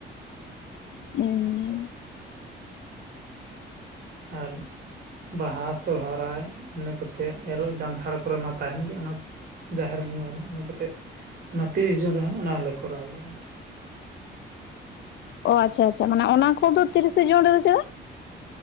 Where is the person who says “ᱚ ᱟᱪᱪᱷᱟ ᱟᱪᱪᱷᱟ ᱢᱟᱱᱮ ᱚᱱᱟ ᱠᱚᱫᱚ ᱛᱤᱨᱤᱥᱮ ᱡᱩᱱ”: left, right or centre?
Left